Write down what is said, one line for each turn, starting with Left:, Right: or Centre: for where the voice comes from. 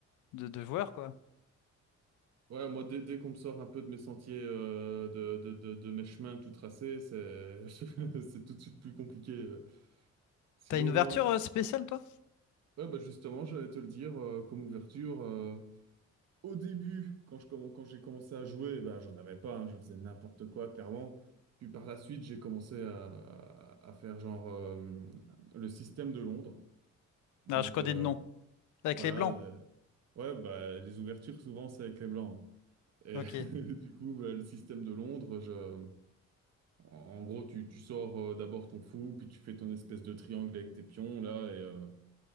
Left: de, de joueur, quoi.
Right: Ouais, moi dès, dès qu'on me sort un peu de mes sentiers, euh, de, de, de, de mes chemins tout tracés, c'est <laughs> c'est tout de suite plus compliqué. euh. Sinon
Left: T'as une ouverture
Right: moi,
Left: euh, spéciale, toi?
Right: ouais bah justement, j'allais te le dire euh, comme ouverture. euh, Au début, quand je, comm- quand j'ai commencé à jouer, bah, j'en avais pas, hein, je faisais n'importe quoi, clairement. Puis par la suite, j'ai commencé à, à à faire genre euh, le système de Londres. Donc
Left: Ah je connais
Right: euh,
Left: de nom. Avec
Right: voilà,
Left: les blancs.
Right: euh, ouais, bah, les ouvertures souvent c'est avec les blancs. Et
Left: Ok.
Right: <laughs> du coup, bah, le système de Londres, je... en en gros, tu, tu sors euh, d'abord ton fou, puis tu fais ton espèce de triangle avec tes pions là, et, euh,